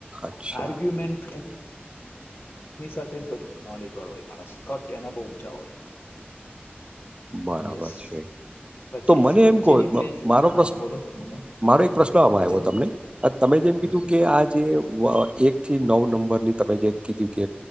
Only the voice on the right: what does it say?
અચ્છા,
બરાબર
છે
તો મને
એમ કો
મારો
પ્રશ્ન
મારો એક
પ્રશ્ન આમાં આવ્યો
તમને તમે જેમ
કીધું કે આ જે એક થી નવ નંબર ની તમે જે કીધું કે